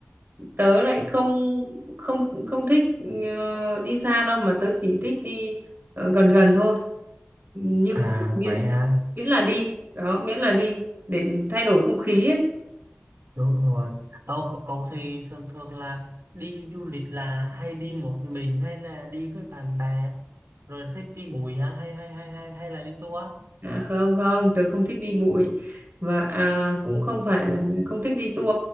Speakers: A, on the right; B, on the right.
A: tớ lại không không không thích ờ, đi xa đâu mà tớ chỉ thích đi ờ, gần gần thôi nhưng
B: à
A: chỉ miễn
B: vậy à
A: miễn là đi đó miễn là đi để thay đổi không khí ấy
B: đúng rồi Ồ, cậu thì thường thường là đi du lịch là hay đi một mình hay là đi với bạn bè rồi thích đi bụi hả hay hay hay hay hay là đi tour
A: à, không không tớ không thích đi bụi và à, cũng không phải là không thích đi tour